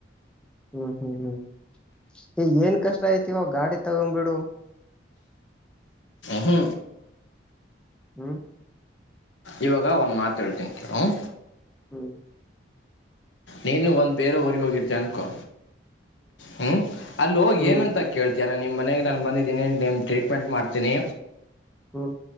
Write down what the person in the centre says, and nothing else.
ಹ್ಮ್ ಹ್ಮ್ ಹ್ಮ್ ಈ ಏನ್ ಕಷ್ಟ ಐತಿ ಇವ ಗಾಡಿ ತಗೊಂಡ್ಬಿಡು
ಹ್ಮ್
ಹ್ಮ್
ಹ್ಮ್
ಹ್ಮ್